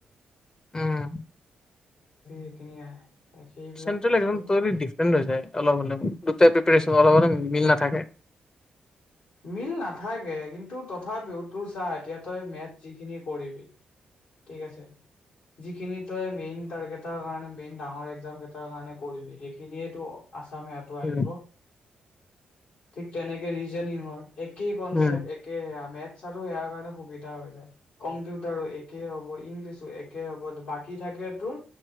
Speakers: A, on the left (about 25°); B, on the left (about 80°).
A: উম
B: সেইখিনি আহে সেইবিলাক
A: চেনত্ৰেল
B: বস্তুৰ
A: একজাম তথাপিও দিফাৰয়েন্ট অলপ হৈ যায় অলপ হ'লেও দুটা প্ৰিপাৰেচন মিল ন থাকে।
B: মিল নাথাকে কিন্তু তথাপিও তোৰ চাহ এতিয়া তই মেথ যিখিনি কৰিবি ঠিক আছে যিখিনি তই মেইন তাৰগেটাৰ কাৰণে মেইন ডাঙৰ একজাম কেইটাৰ কাৰণে কৰিবি সেইখিনিয়েটো আছামেহতো আহিব।
A: উম
B: ঠিক তেনেকে জনিঙৰ- একেই কনচেপ্ট
A: উম
B: একে সেয়া মেথছ ইয়াৰ কাৰণে সুবিধা হৈ জাই কম্পিউটাৰে একে হব ইংলিছো একে হব বাকী থাকে তোৰ